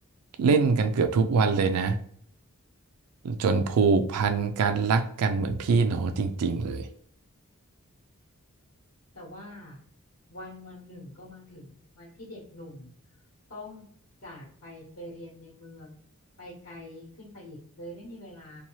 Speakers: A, on the right; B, on the left.
A: เล่นกันเกือบทุกวันเลยนะ จนผูกพันกันรักกันเหมือนพี่น้องจริงๆ เลย
B: แต่ว่าวันวันหนึ่งก็มาถึงวันที่เด็กหนุ่มต้องจากไปไปเรียนในเมืองไปไกลขึ้นไปอีกเลยไม่มีเวลา